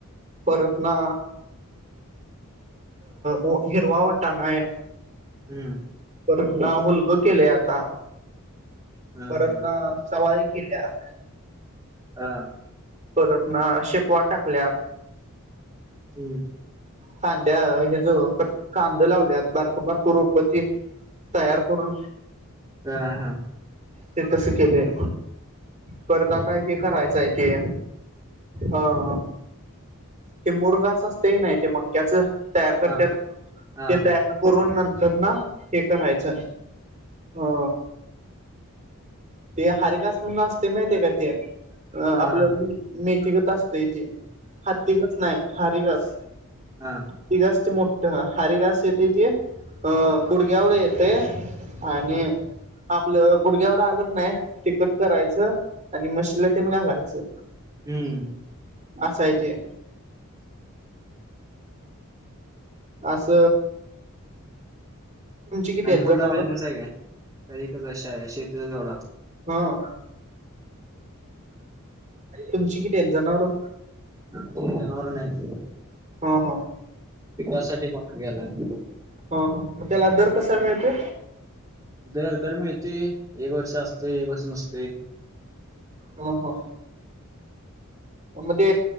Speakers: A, on the right; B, on the right.
A: परत ना अ हिरवा वाटानाय.
B: हम्म
A: परत ना हुलग केले आता.
B: हा
A: परत
B: हा
A: ना सवारी केल्यात.
B: हा
A: परत ना शेपवाट टाकल्यात.
B: हम्म
A: कांद्या हे ज कांद लावल्या बारकबारक रोप ते तयार करून
B: ह हा
A: ते तस केलय परत आता हे करायचं आहे ते अ ते मुरगाच असतय की नाही ते मक्याच तयार करत्यात
B: हा हा
A: ते
B: हा
A: तयार कोरोन नंतर न हे करायचंय अ ते हर कास म्हणून असते माहितीय का ते
B: हा
A: आपलं
B: हा
A: मेथीगत असतय ते हाती घस नाही हारी घस
B: हा
A: ती घासची मोठ हारी घास येतय ते अ गुडग्यावर येतय आणि आपलं गुडग्या एवढं आलत नाही ते कट करायचं आणि मशीला तेन घालायचं
B: हम्म
A: असाय ते अस किती
B: आणि
A: आहेत
B: कुठला
A: जनावर
B: बिझनेस आहे काय तर एकच आहे शेतीचा तेवढा
A: हा तुमची किती आहेत जनावर
B: आमची जनावर नाहीत
A: हा हा
B: पिकासाठी मक गेलाय मग
A: ह ह मग त्याला दर कसा मिळतोय
B: दर दर मिळतोय एक वर्ष असतोय एक वर्ष नसतोय
A: हो हो म ते